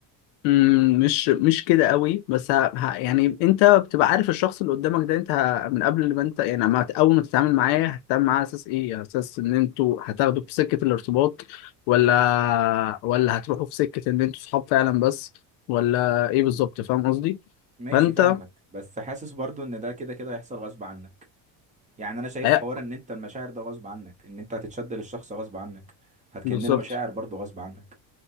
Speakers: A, on the left; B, on the right.
A: مم، مش مش كده قوي بس ه... ه... يعني انت بتبقى عارف الشخص اللي قدامك ده انت ه... من قبل ما انت يعني ما هت- اول ما تتعامل معاه هتتعامل معاه على اساس ايه؟ على اساس ان انتوا هتاخدوا في سكة الارتباط ولا ولا هتروحوا في سكة ان انتوا صحاب فعلا بس ولا ايه بالظبط فاهم قصدي؟
B: ماشي
A: فانت
B: فاهمك بس حاسس برضو ان ده كده كده هيحصل غصب عنك يعني انا شايف
A: أي-
B: حوار ان انت المشاعر ده غصب عنك ان انت هتتشد للشخص غصب عنك هتكن
A: بالظبط
B: له مشاعر برضو غصب عنك